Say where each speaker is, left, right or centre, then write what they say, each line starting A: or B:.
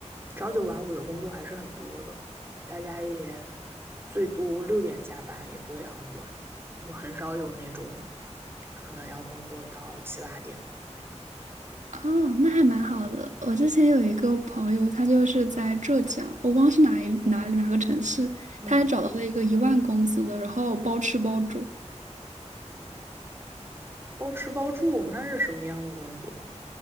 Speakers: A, on the right (about 20°); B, on the right (about 80°).
A: 朝九晚五的工作还是很多的，大家也最多六点下班，也不会很晚，就很少有那种可能要工作到七八点的。
B: 哦，那还蛮好的。我之前有一个朋友，他就是在浙江，我忘是哪一哪里哪个城市，
A: 嗯，
B: 他还找到了一个一万工资的，然后包吃包住。
A: 包吃包住那是什么样的工作？